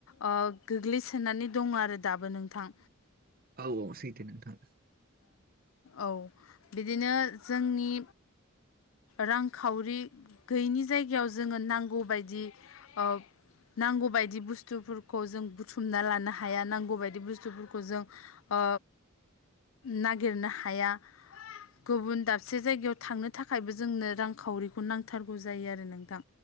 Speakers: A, on the left; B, on the right.
A: ओ गोग्लैसोनानै दं आरो दाबो नोंथां
B: औ औ सैथो नोंथां
A: औ बिदिनो जोंनि रांखावरि गैयिनि जायगायाव जोङो नांगौबायदि ओ नांगौ बायदि बुस्थुफोरखौ जों बुथुमना लानो हाया नांगौ बायदि बुस्थुफोरखौ जों ओ नागिरनो हाया गुबुन दाबसे जायगायाव थांनो थाखायबो जोंनो रांखावरिखौ नांथारगौ जायो आरो नोंथां